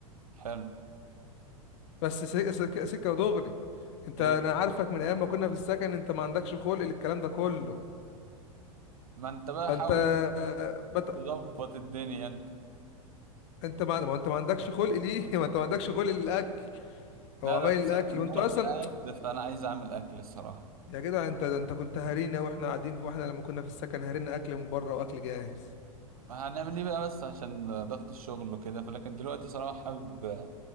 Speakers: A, on the right; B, on the left.
A: حلو
B: بس سك- سك- سكة ودغري انت
A: ايه
B: انا عارفك من ايام ما كنا في السكن انت ما عندكش خلق للكلام ده كله
A: ما انت بقى
B: فانت
A: حاول
B: بت...
A: تظبط الدنيا انت
B: انت ما... ما انت ما عندكش خلق ليه <laughs> ما انت ما عندكش خلق للاكل
A: لا
B: هو عمال
A: لا بس
B: الاكل
A: أنا النهارده
B: وانت اصلا
A: قاعد فانا عايز اعمل اكل الصراحه
B: يا جدع انت ده انت كنت هارينا واحنا قاعدين واحنا لما كنا في السكن هارينا اكل من بره واكل جاهز
A: هنعمل ايه بقى بس عشان ضغط الشغل وكده فلكن دلوقتي صراحه حابب